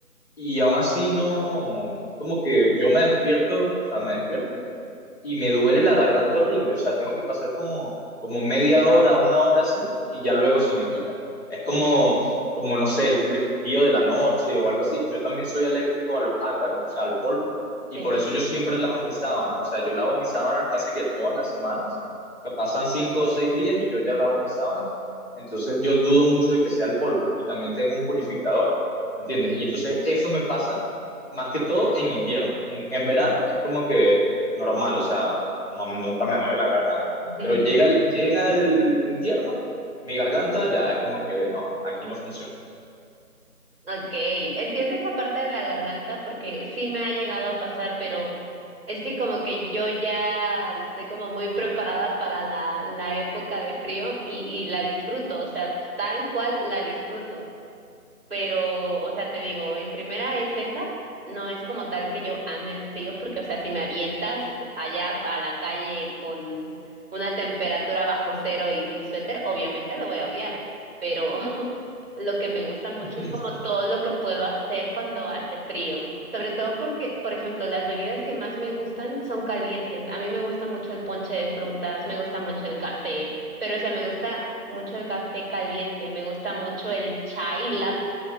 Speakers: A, on the left; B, on the right.
A: y aún así no, es como que yo me despierto, o sea, me despierto y me duele la garganta horrible. O sea, tengo que pasar como, como media hora, una hora así, y ya luego se me quita. Es como, como, no sé, el frío de la noche o algo así. Yo también soy alérgico a los ácaros, o sea, al polvo, y
B: Sí,
A: por
B: sí.
A: eso yo siempre lavo mis sábanas. O sea, yo lavo mis sábanas casi que todas las semanas. que Pasan cinco o seis días y yo ya lavo mis sábanas. Entonces yo dudo mucho de que sea el polvo y también tengo un purificador, ¿me ¿entiendes? Y entonces eso
B: <laughs>
A: me pasa más que todo en invierno. En, en verano es como que normal, o sea, no- nunca me duele la garganta.
B: Ujú.
A: Pero llega el, llega el invierno, mi garganta ya es como que no, aquí no funciona.
B: Ok, entiendo esa parte de la garganta porque sí me ha llegado a pasar, pero es que como que yo ya estoy como muy preparada para la, la época de frío y, y la disfruto, o sea, tal cual la disfruto. Pero, o sea, te digo, en primera es esa, no es como tal que yo ame el frío, porque, o sea, si me avientas allá a la calle con una temperatura bajo cero y sin suéter, obviamente lo voy a odiar, pero <laughs> lo que me gusta mucho
A: <laughs>
B: es como todo lo que puedo hacer cuando hace frío, sobre todo porque, por ejemplo, las bebidas que más me gustan son calientes. A mí me gusta mucho el ponche de frutas, me gusta mucho el café. Pero, o sea, me gusta mucho el café caliente, me gusta mucho el chai latte